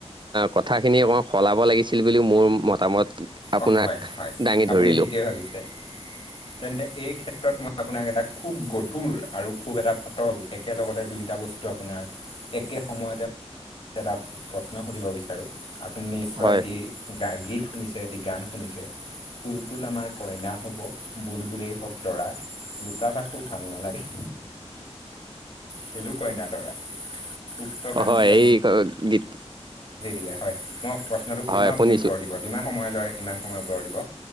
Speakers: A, on the right (about 45°); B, on the left (about 55°).
A: কথাখিনি অকণমান সলাব লাগিছিল বুলিও মোৰ মতামত। আপোনাক
B: অ হয় হয়',
A: দাঙি
B: আপুনি
A: ধৰিলোঁ।
B: ঠিকেই ভাৱিছে, তেন্তে এই ক্ষেত্ৰত মই আপোনাক এটা খুব গধুৰ, আৰু খুব এটা পাতল একেলগতে দুইটা বস্তু আপোনাৰ একে একেই সময়তে এটা প্ৰশ্ন সুধিব বিচাৰোঁ, আপুনি নিশ্চয়
A: হয়।
B: এটি গা গীত শুনিছে এটি গান শুনিছে, তুল তুল আমাৰ কইনা হ'ব বুল বুলেই হওক দৰা লোকা ভাকো ভাল নলাগে, খেলো কইনা দৰা। উক্ত গান্ধি
A: হয়
B: দ
A: এই গীত
B: হয়', মই প্ৰশ্নটো সুধি
A: হয়
B: যাওঁ আপুনি
A: শুনিছোঁ
B: উত্তৰ দিব যিমান সময় লয় সিমান সময় উত্তৰ দিব।